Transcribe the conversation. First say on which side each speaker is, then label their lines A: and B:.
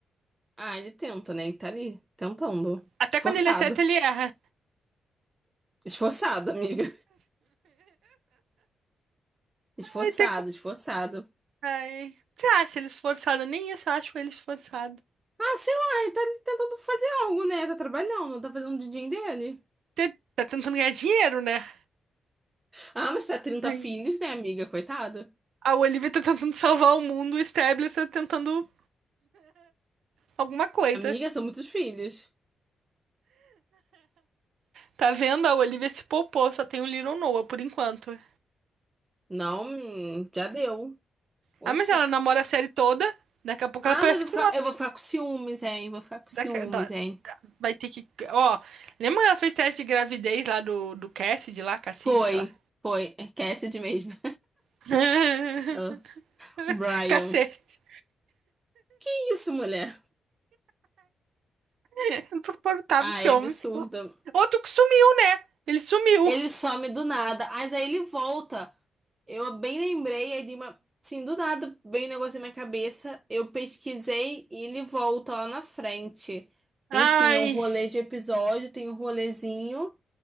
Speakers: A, on the right (about 25°); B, on the right (about 70°).
A: Ah, ele tenta, né? Ele tá ali, tentando.
B: Até
A: Esforçado.
B: quando ele acerta, ele erra.
A: Esforçado, amiga. Esforçado,
B: Ai, tem co-
A: esforçado.
B: Ai. Você acha ele esforçado? Nem isso eu acho ele esforçado.
A: Ah, sei lá, ele tá ali tentando fazer algo, né? Tá trabalhando, tá fazendo o din dele.
B: Você tá tentando ganhar dinheiro, né?
A: Ah, mas pra trinta
B: Ai.
A: filhos, né, amiga? Coitado.
B: A Olivia tá tentando salvar o mundo, o Stabler tá tentando alguma coisa.
A: Amiga, são muitos filhos.
B: Tá vendo? A Olivia se poupou, só tem o Little Noah por enquanto.
A: Não, hum, já deu. Oxi.
B: Ah, mas ela namora a série toda, daqui a pouco
A: Ah,
B: ela aparece
A: mas eu
B: com
A: vou ficar,
B: outro.
A: eu vou ficar com ciúmes, hein? Vou ficar com ciúmes,
B: Daqui- da-
A: hein?
B: vai ter que. Ó, lembra que ela fez teste de gravidez lá do, do Cassidy, lá, Cassidy,
A: Foi,
B: sei lá.
A: foi. É Cassidy mesmo.
B: <laughs>
A: <laughs> O Brian.
B: Cacete.
A: Que isso, mulher?
B: <laughs> Insuportável
A: Ah,
B: esse
A: é
B: homem.
A: absurdo.
B: esse po- Outro que sumiu, né? Ele sumiu.
A: Ele some do nada, mas aí ele volta. Eu bem lembrei, aí de uma. Sim, do nada veio um negócio na minha cabeça. Eu pesquisei e ele volta lá na frente.
B: Ai,
A: Enfim, é um rolê de episódio, tem um rolezinho.